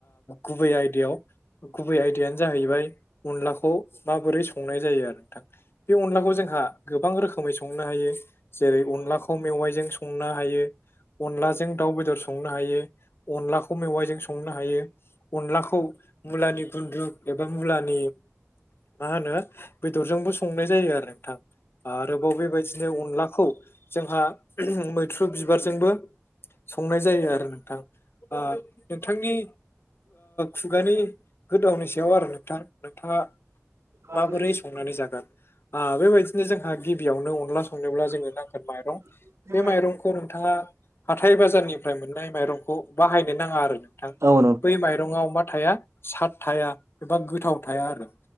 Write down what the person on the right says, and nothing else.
<unintelligible>
<inaudible>
औ